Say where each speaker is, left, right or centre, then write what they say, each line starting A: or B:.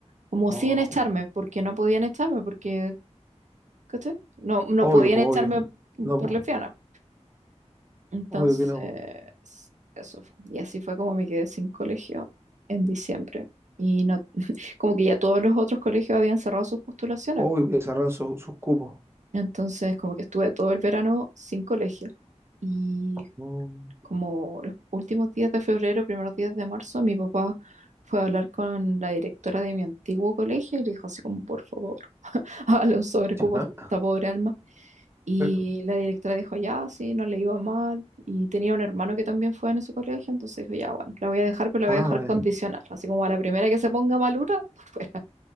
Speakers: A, on the right; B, on the right.
A: como
B: Oh,
A: sin echarme, porque no podían echarme, porque, ¿cachai? No, no
B: obvio,
A: podían
B: po,
A: echarme
B: obvio. No,
A: por
B: po,
A: lesbiana. Entonces,
B: obvio que no, po.
A: eso fue. Y así fue como me quedé sin colegio en diciembre. Y no, <laughs> como que ya todos los otros colegios habían cerrado sus postulaciones.
B: Obvio que cerraron sus sus cupos.
A: Entonces, como que estuve todo el verano sin colegio. Y
B: Mm,
A: como los últimos días de febrero, primeros días de marzo, mi papá fue a hablar con la directora de mi antiguo colegio y le dijo así como, por favor, <laughs> hágale un sobrecupo
B: ¿Ya?
A: a esta pobre alma. Y
B: Eh,
A: la directora dijo, ya, sí, no le iba mal. Y tenía un hermano que también fue en ese colegio, entonces dijo, ya, bueno, la voy a dejar, pero la
B: Ah,
A: voy a dejar
B: bueno.
A: condicional. Así como a la primera que se ponga malura, <laughs> por fuera.